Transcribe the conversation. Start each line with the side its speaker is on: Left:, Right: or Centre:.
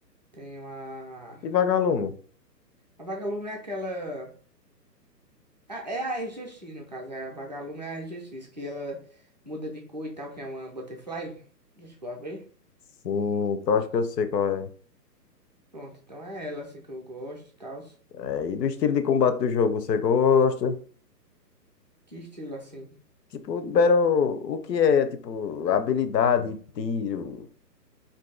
Right: tenho a.
Left: E Vagalume?
Right: A Vagalume é aquela. Ah, É a RGX, no caso, é a Vagalume é a RGX, que ela muda de cor e tal, que é uma butterfly. Já chegou a ver?
Left: Sim, eu acho que eu sei qual é.
Right: Pronto, então é ela assim que eu gosto e tal.
Left: É, e do estilo de combate do jogo, você gosta?
Right: Que estilo assim?
Left: Tipo, Battle, o que é, tipo, habilidade, tiro,